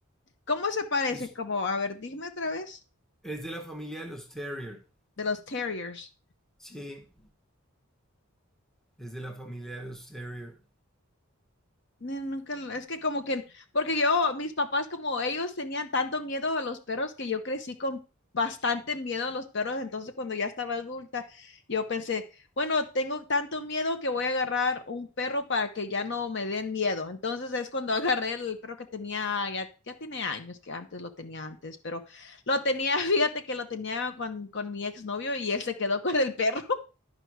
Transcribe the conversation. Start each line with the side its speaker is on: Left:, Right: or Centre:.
Left: ¿Cómo se parecen?
Centre: Es,
Left: Como, a ver, dime otra vez,
Centre: es de la familia de los Terrier.
Left: de los terriers.
Centre: Sí, es de la familia de los Terrier.
Left: Ni- Nunca, lo- es que como que, porque yo, mis papás, como ellos tenían tanto miedo a los perros que yo crecí con bastante miedo a los perros, entonces cuando ya estaba adulta, yo pensé, bueno, tengo tanto miedo que voy a agarrar un perro para que ya no me den miedo. Entonces es cuando <laughs> agarré el perro que tenía, ya, ya tiene años que antes lo tenía antes, pero lo tenía, <laughs> fíjate que lo tenía con, con mi exnovio y él se quedó con el perro.